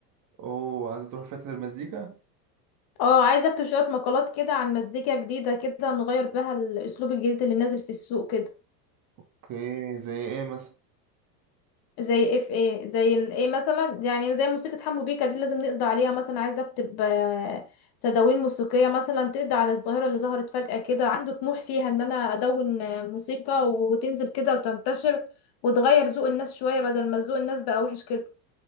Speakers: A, on the right; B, on the left.
A: اوه عايزه تروح في حته المزيكا
B: اه عايزه اكتب شوية مقالات كده عن مزيكا جديدة كده نغير بها الاسلوب الجديد اللي نازل في السوق كده
A: اوكي زي ايه مثلا
B: زي اف ايه زي ال ايه مثلا يعني زي موسيقى حمو بيكا دي لازم نقضي عليها مثلا عايزه اكتب آه، تدوين موسيقيه مثلا تقضي على الظاهره اللي ظهرت فجاه كده عنده طموح فيها ان انا ادون آه، موسيقى وتنزل كده وتنتشر وتغير ذوق الناس شويه بدل ما ذوق الناس بقى وحش كده